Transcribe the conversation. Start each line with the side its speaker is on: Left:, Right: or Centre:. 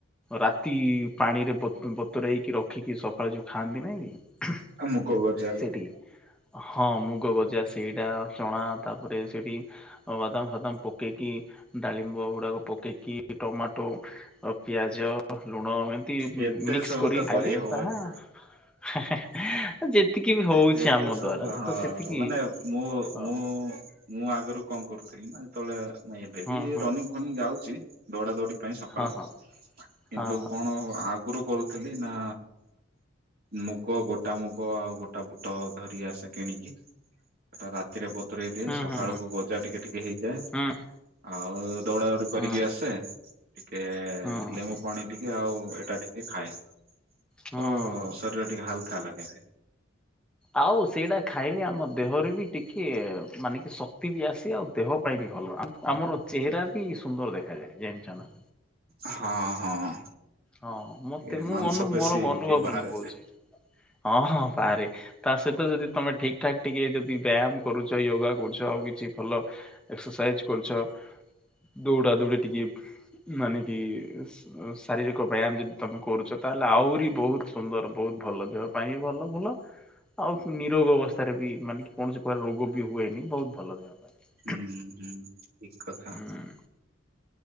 Centre: ରାତି ପାଣିରେ ବ-ବତୁରେଇକି ରଖିକି ସକାଳେ ଯୋଉ ଖାଆନ୍ତି ନାଇଁ କି।
Right: ମୁଗ ଭଜା
Centre: ସେଇଠିକି ହଁ ମୁଗ ଗଜା ସେଇଟା ଚଣା ତାପରେ ସେଇଟି ଅ ବାଦାମ ଫାଦାମ ପକେଇକି ଡାଳିମ୍ବ ଗୁଡାକ ପକେଇକି ଟମାଟୋ ଅ ପିଆଜ, ଲୁଣ ଏମତି
Right: ଏତେ
Centre: ମିକ୍ସ
Right: ସବୁ
Centre: କରିକି
Right: ତ କରି
Centre: ଖାଇଲେ
Right: ହବନି
Centre: ତାହା <unintelligible> ଯେତିକି ବି ହୋଉଚି
Right: ଭାଇ ଏତେ
Centre: ଆମ
Right: ସବୁ
Centre: ଦ୍ଵାରା
Right: ହଁ
Centre: ତ ସେତିକି
Right: ମାନେ ମୁଁ
Centre: ହଁ
Right: ମୁଁ ମୁଁ ଆଗରୁ କଣ କରୁଥିଲି ନା ଯେତେବେଳେ ଏବେ
Centre: ହଁ
Right: ବି
Centre: ହଁ
Right: ରନିଙ୍ଗ ଫନିଙ୍ଗ ଯାଉଚି। ଦୌଡା ଦୌଡି ପାଇଁ ସକାଳୁ
Centre: ହଁ ହଁ
Right: କିନ୍ତୁ
Centre: ହଁ ହଁ
Right: କଣ ଆ ଗୁରୁ କରୁଥିଲି ନା ମୁଗ ଗୋଟା ମୁଗ ଆଉ ଗୋଟା ବୁଟ ଧରି ଆସେ କିଣିକି। ସେଟା ରାତିରେ ବତୁରେଇ ଦିଏ
Centre: ହୁଁ
Right: ସକାଳକୁ
Centre: ହୁଁ
Right: ଗଜା ଟିକେ ଟିକେ ହେଇଯାଏ।
Centre: ହୁଁ
Right: ଆଉ ଦୌଡା ଦୌଡି କରିକି
Centre: ହୁଁ
Right: ଆସେ ଟିକେ
Centre: ହୁଁ
Right: ଲେମ୍ବୁ
Centre: ହୁଁ
Right: ପାଣି ଟିକେ ଆଉ ଏଇଟା ଟିକେ ଖାଏ ତ
Centre: ହୁଁ।
Right: ସ୍ୟା <unintelligible> ଟିକେ ହାଲକା ଲାଗେ।
Centre: ଆଉ ସେଇଟା ଖାଇଲି ଆମର ଦେହରେ ବି ଟିକିଏ ମାନେ କି ଶକ୍ତି ବି ଆସେ ଆଉ ଦେହ ପାଇଁ ବି ଭଲ ଆମ-ଆମର ଚେହେରା ବି ସୁନ୍ଦର ଦେଖାଯାଏ ଜାଣିଚ ନା?
Right: ହଁ ହଁ।
Centre: ହଁ ହଁ ମତେ
Right: ଟିକେ
Centre: ମୁଁ
Right: ମାଂସ
Centre: ଅନୁ
Right: ପେଶୀ
Centre: ମୋର ଅନୁଭବରେ
Right: ଟିକେ ବାହାରେ
Centre: ମୁଁ କୋହୁଚି। ହଁ ହଁ ବାରେ। ତା ସହିତ ଯଦି ତମେ ଠିକ୍ ଠାକ୍ ଟିକେ ଯଦି ବ୍ୟାୟାମ କରୁଚ ୟୋଗା କରୁଚ ଆଉ କିଛି ଭଲ ଏକ୍ସରସାଇଜି କରୁଚ। ଦୌଡା ଦୌଡି ଟିକେ ମାନେ କି <unintelligible> ଶାରୀରିକ ବ୍ୟାୟାମ ଯଦି ତମେ କରୁଚ ତାହେଲେ ଆହୁରି ବୋହୁତ ସୁନ୍ଦର ବୋହୁତ ଭଲ। ଦେହ ପାଇଁ ବି ଭଲ ଭଲ। ଆଉ ନିରୋଗ ଅବସ୍ଥାରେ ବି ମାନେ କୌଣସି ପ୍ରକାର ରୋଗ ବି ହୁଏନି ବୋହୁତ ଭଲ ଦେହ ପାଇଁ।
Right: ହୁଁ ହୁଁ ଠିକ୍ କଥା।
Centre: ହୁଁ